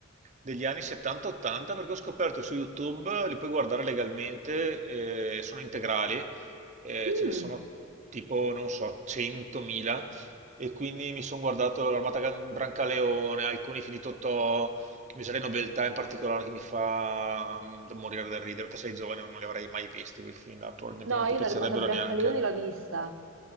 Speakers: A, on the right; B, on the right.
A: degli anni 70-80, perché ho scoperto su YouTube, li puoi guardare legalmente, eh, sono integrali, eh,
B: Mm.
A: ce ne sono tipo, non so, 100.000, e quindi mi sono guardato l'Armata Gan- Brancaleone, alcuni finito Totò, Miseria e Nobiltà in particolare che mi fa mm, morire da ridere, te sei giovane, non li avrei mai visti quei film là, probabilmente
B: No,
A: non
B: io
A: ti piacerebbero
B: l'Armata Brancaleone
A: neanche.
B: l'ho vista,